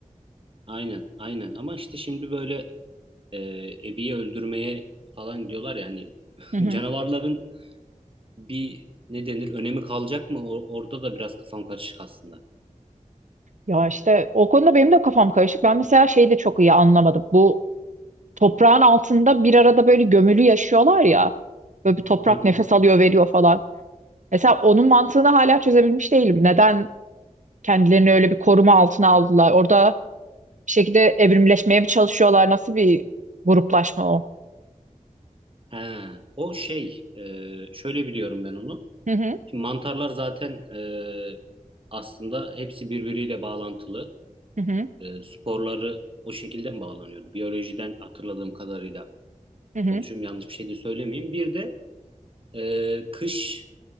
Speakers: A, on the right; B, on the right.
A: aynen aynen ama işte şimdi böyle e, Abby'yi öldürmeye falan diyorlar ya hani <laughs>
B: Hı hı.
A: canavarların bir ne denir önemi kalacak mı? O- orada da biraz kafam karışık aslında.
B: Ya işte o konuda benim de kafam karışık. Ben mesela şeyi de çok iyi anlamadım. Bu toprağın altında bir arada böyle gömülü yaşıyorlar ya. Böyle bir toprak
A: Hı hı.
B: nefes alıyor veriyor falan. Mesela onun mantığını hala çözebilmiş değilim. Neden kendilerini öyle bir koruma altına aldılar? Orada bir şekilde evrimleşmeye mi çalışıyorlar? Nasıl bir gruplaşma o?
A: He, o şey e, şöyle biliyorum ben onu.
B: Hı hı,
A: Şimdi mantarlar zaten e, aslında hepsi birbiriyle bağlantılı.
B: hı hı,
A: E, sporları o şekilde mi bağlanıyordu? Biyolojiden hatırladığım kadarıyla
B: hı hı.
A: konuşuyorum yanlış bir şey de söylemeyeyim. Bir de e, kış